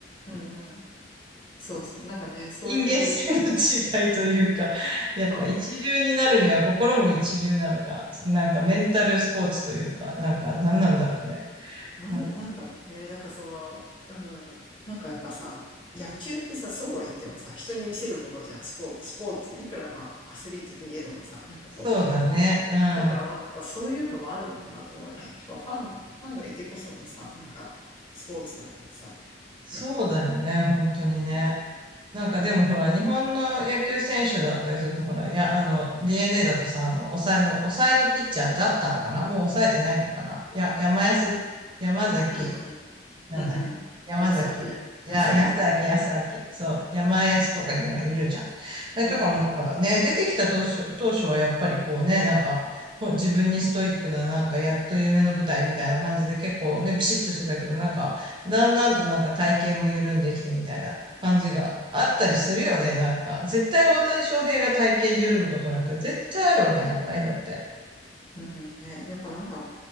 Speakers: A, on the left; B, on the right.
A: うん、うん。そうそう。なんかね、そういう、
B: 人間性の違いというか、やっぱ一流になるには心も一流なのか、
A: そ
B: なんかメンタルスポーツというか、なんか何なんだろうね。
A: う、なん、
B: なんか
A: なんだろうね。なんかその、うん、なんかやっぱさ、野球ってさ、そうは言ってもさ、人に見せるものじゃん、スポーツ、スポーツ。いくらまあ、アスリートといえどもさ、なんかこ
B: そうだね。
A: う、えだからまあ、
B: うん。
A: なんかそういうのもあるのかなと思うよね。まあ、ファンが、ファンがいてこそのさ、なんか、スポーツだからさ、
B: そうだよね、
A: ね。
B: 本当にね。なんかでもほら、日本の野球選手だったりすると、ほら、いや、あの、DNA だとさ、あの、抑えの、抑えのピッチャーだったのかなもう抑えてないのかなや、山安、山崎
A: うん、
B: なんだっけ。
A: うんうん。
B: 山崎や、
A: 安明
B: いや、
A: 安明だっけ
B: 安明、安明。そう、山安とかいうのいるじゃん。あれとかもなんかね、
A: うんうん。
B: 出てきた当初、当初はやっぱりこうね、なんか、こう自分にストイックな、なんか、やっと夢の舞台みたいな感じで結構ね、ピシッとしてたけど、なんか、だんだんとなんか体型も緩んできてみたいな感じがあったりするよね、なんか。絶対大谷翔平が体型緩むことなんか絶対あるわけなくないだって。
A: うんうん、ね、やっぱなんか、